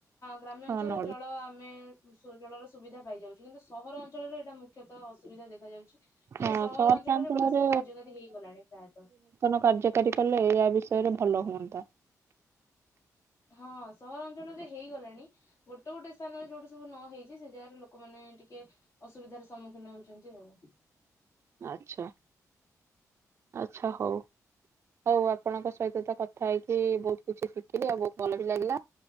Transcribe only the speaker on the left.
ଗ୍ରାମ୍ୟ
ଅଞ୍ଚଳରେ
ଜଳ ଆମେ ବିଶୁଦ୍ଧ ଜଳର ସୁବିଧା ପାଇଯାଉଛି। କିନ୍ତୁ ସହର ଅଞ୍ଚଳରେ ଏଇଟା ମୁଖ୍ୟ ମୁଖତଃ ଅସୁବିଧା ଦେଖାଯାଉଛି ଏଥିରେ
ସହର
ଅଞ୍ଚଳରେ ଗୋଟା ସବୁ କାର୍ଯ୍ୟକାରୀ ହେଇଗଲାଣି ପ୍ରାୟତଃ।
ହଁ ସହରାଞ୍ଚଳରେ ହେଇଗଲାଣି। ଗୋଟେ ଗୋଟେ ସ୍ଥାନରେ ଯୋଉଠି ସବୁ ନ ହେଇଛି ସେ ଜାଗାରେ ଲୋକମାନେ ଟିକେ ଅସୁବିଧାର ସମ୍ମୁଖୀନ ହଉଛନ୍ତି ଆଉ।